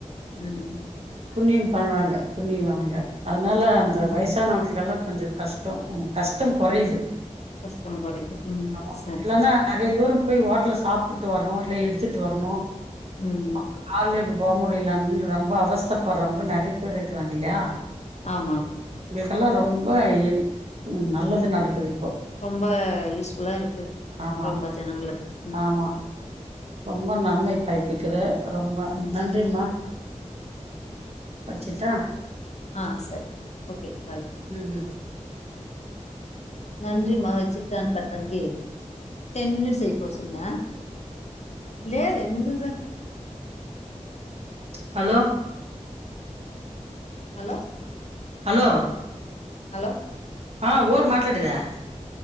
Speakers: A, on the left (about 60°); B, on the right (about 55°).
A: உம்
B: புண்ணியம் பண்றாங்க புண்ணியோ அவுங்க அத் னால அந்த
A: ம்
B: வயசானவங்களுக்கெல்லா கொஞ்சொ கஷ்டோ உ கஷ்டம் கொறையுது
A: ம் கஷ்டம் கொறையுது ம்
B: ஆமா
A: சரி
B: இல்லன்னா
A: சரி
B: நறைய தூரம் போய் ஓட்ல சாப்புட் ட்டு வரணு இல்ல எடுத்துட்டு வரணு
A: உம்
B: அவங்க கால்லே இப்ப போ முடிலன் ரொம்ப அவஸ்த்தப்படுறவங்க நறைய பேர் ருக்குறாங்கில்யா
A: ஆமா
B: உங்களுக்கெல்லா ரொம்ப எ நல்லது நடக்குது இப்போ
A: ரொம்ப யூஸ்ஃபுல்லா இருக்கு
B: ஆமா
A: ரொம்ப ஜனங்களுக்கு உம்
B: ஆமா ரொம்ப நன்மை பய்பிக்குது ரொம்ப
A: ம்
B: நன்றிம்மா வச்சிட்டா
A: ஆஹ் சரி ஓகே பாய்
B: ம் ம்
A: நன்றிமா வச்சுட்டான் <unintelligible> டென் மினிட்ஸ் ஆய்ப்போச்சுங்க லேது முந்துக்குதா
B: ஹலோ
A: ஹலோ
B: ஹலோ
A: ஹலோ
B: ஆஹ் ஊர் மாத்தலடதா